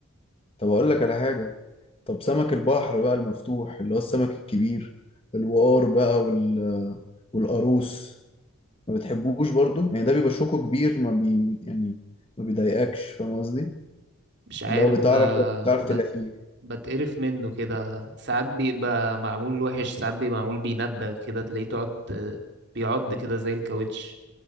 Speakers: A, on the left; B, on the right.
A: طب أقول لك على حاجة طب سمك البحر بقى المفتوح اللي هو السمك الكبير الوقار بقى وال والقاروص ما بتحبوش برضو يعني ده بيبقى شوكه كبير ما بي يعني ما بيضايقكش فاهم قصدي
B: مش عارف
A: اللي هو بتعرف
B: ب...
A: بتعرف تلاقيه
B: بت... بتقرف منه كده ساعات بيبقى معمول وحش ساعات بيبقى معمول بيندغ كده تلاقيه تقعد ت- بيعض كده زي الكاوتش